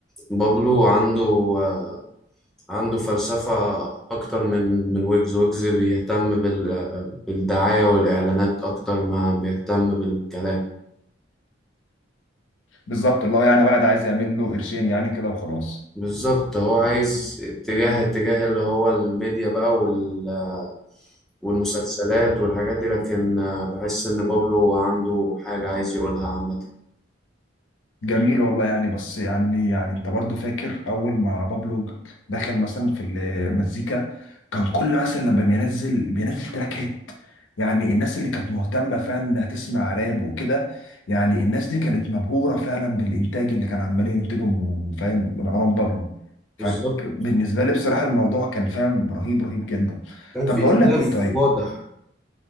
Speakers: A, in the centre; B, on the left (about 80°).
A: بابلو عنده آه، عنده فلسفة اكتر من من ويجز ويجز بيهتم بال... آه، بالدعاية والاعلانات اكتر ما بيهتم بالكلام
B: بالظبط اللي هو يعني واحد عايز يعمل له قرشين يعني كده وخلاص
A: بالظبط هو عايز اتجاه اتجاه اللي هو الميديا بقى وال آه، والمسلسلات والحاجات دي لكن آه، بحس ان بابلو عنده حاجة عايز يقولها عامة
B: جميل والله يعني بس يعني يعني انت برضه فاكر اول ما بابلو دخل مثلا في المزيكا كان كل مثلا لما بينزل بينزل تراك هيت يعني الناس اللي كانت مهتمه فعلا انها تسمع راب وكده يعني الناس دي كانت مبهوره فعلا بالانتاج اللي كان عمال ينتجه فاهم مروان بابلو فبالنسبه
A: بالظبط
B: لي بصراحه الموضوع كان فاهم رهيب رهيب جدا
A: كان
B: طب
A: في
B: بقول
A: اختلاف
B: لك ايه طيب
A: واضح